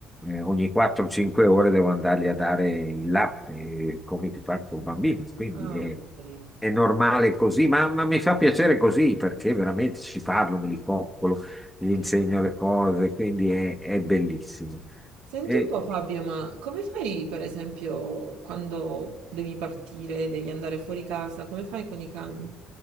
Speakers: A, in the centre; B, on the right.
A: eh, ogni 4-5 ore devo andargli a dare il latte, come ti faccio un bambino. Quindi
B: Amori,
A: è, è normale così, ma, ma mi fa piacere così perché veramente ci parlo, me li coccolo, gli
B: che
A: insegno
B: bello.
A: le cose, quindi è, è bellissimo.
B: Senti
A: E
B: un po' Fabio, ma come fai per esempio quando devi partire, devi andare fuori casa, come fai con i cani?